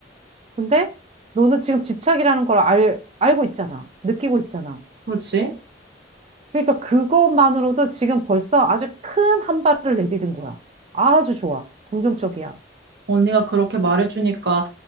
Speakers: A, on the right; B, on the right.
A: 근데 너는 지금 집착이라는 걸 알, 알고 있잖아. 느끼고 있잖아.
B: 그렇지.
A: 그러니까 그것만으로도 지금 벌써 아주 큰 한 발을 내디딘 거야. 아주 좋아. 긍정적이야.
B: 언니가 그렇게 말해주니까